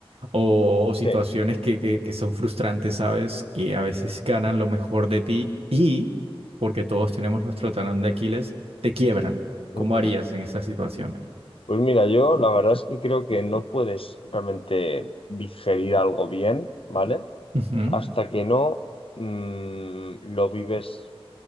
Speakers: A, on the right; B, on the left.
A: o, o situaciones
B: Sí.
A: que, que, que son frustrantes, ¿sabes? Que a veces ganan lo mejor de ti y, porque todos tenemos nuestro talón de Aquiles, te quiebran. ¿Cómo
B: Ujú.
A: harías en esa situación?
B: Pues mira, yo la verdad es que creo que no puedes realmente digerir algo bien, ¿vale?
A: Ujú.
B: Hasta que no mm, lo vives,